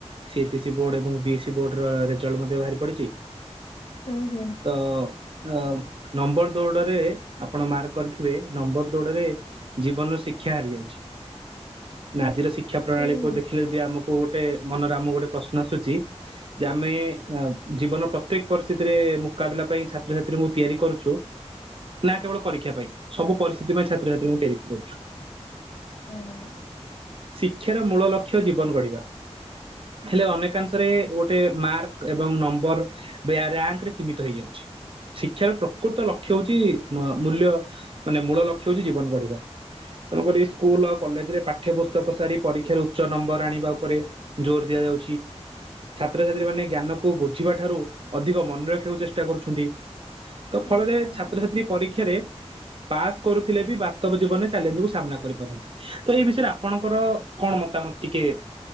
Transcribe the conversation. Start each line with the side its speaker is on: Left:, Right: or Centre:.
Right: ସି ଏଚ ସଇ ବୋର୍ଡ ଏବଂ ବି ବୋଡ ରେଜଲ୍ଟ ମଧ୍ୟ ବାହାରି ପଡିଛି।
Left: ହୁଁ ହୁଁ
Right: ତ ଅ ନମ୍ବର ଦୌଡ଼ରେ ଆପଣ ମାର୍କ କରିଥିବେ ନମ୍ବର ଦୋଡରେ ଜୀବନର ଶିକ୍ଷା ହାରି ଯାଉଛି। ନା ଆଜିର ଶିକ୍ଷା ପ୍ରଣାଳୀ
Left: ହୁଁ ହୁଁ
Right: କ ଦେଖିଲେ ଯଦି ଆମକୁ ଗୋଟେ ମନରେ ଆମ ଗୋଟେ ପ୍ରଶ୍ନ ଆସୁଛି ଯେ ଆମେ ଜୀବନ ପ୍ରତ୍ୟେକ ପରିସ୍ଥିତିରେ ମୁକାବିଲା ପାଇଁ ଛାତ୍ରଛାତ୍ରୀ ମୁ ତିଆରି କରୁଛୁ। ନା କେବଳ ପରୀକ୍ଷା ପାଇଁ ସବୁ ପର ସଥି ଛାତଛାତ୍ରୀଙ୍କୁତି କରଛୁ।
Left: ହଁ।
Right: ଶିକ୍ଷାର ମୂଳ ଲକ୍ଷ୍ୟ ଜୀବନ ଗଢିବା ହେଲେ ଅନେକାଂଶରେ ଗୋଟେ ମାର୍କ ଏବଂ ନମ୍ବର ରଙ୍କରେ ସୀମିତ ହେଇଯାଉଛି ଶିକ୍ଷାର ପ୍ରକୃତ ଲକ୍ଷ୍ୟ ହଉଛି। ମୂଲ୍ୟ ମାନେ ମୂଳ ଲକ୍ଷ୍ୟ ହଉଛି ଜୀବନ କଢିବା। ତେଣୁକରି ସ୍କୁଲ ଆଉ କଲେଜରେ ପାଠ୍ୟ ପୁସ୍ତକ ସାରି ପରୀକ୍ଷାରେ ଉଚ୍ଚ ନମ୍ବର ଆଣିବା ଉପରେ ଜୋର ଦିଆଯାଉଛି ଛାତ୍ରଛାତ୍ରୀ ମାନେ ଜ୍ଞାନକୁ ବୁଝିବା ଠାରୁ ଅଧିକ ମନେ ରଖିବାକୁ ଚେଷ୍ଟା କରୁଛନ୍ତି। ତା
Left: ହୁଁ
Right: ଫଳରେ
Left: ହୁଁ
Right: ଛାତ୍ରଛାତ୍ରୀ ପରୀକ୍ଷାରେ ପାସ୍ କରୁଥିଲେ ବି ବାସ୍ତବ ଜୀବନରେ ଚଲେଞ୍ଜ କ ସାମ୍ନା କରିପାରନ୍ତି ତ ଏଇ ବିଷୟରେ ଆପଣଙ୍କର କଣ ମତାମତ ଟିକେ